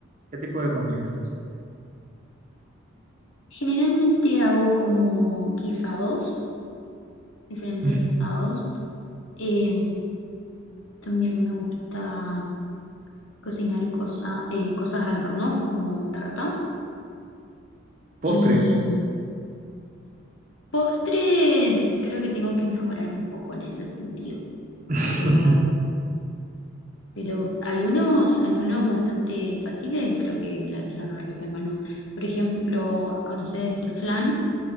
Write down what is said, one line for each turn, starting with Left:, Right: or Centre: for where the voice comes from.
Right: ¿qué tipo de comida te gusta?
Left: generalmente hago como guisados, diferentes
Right: Mm,
Left: guisados. Eh, también me gusta cocinar cosa- eh, cosas al horno, como tartas. Y
Right: Postres.
Left: postres, creo que tengo que mejorar un poco en ese sentido.
Right: <laughs>
Left: Pero, pero algunos, algunos bastante fáciles, creo que ya les agarré la mano. Por ejemplo, ¿conoces el flan?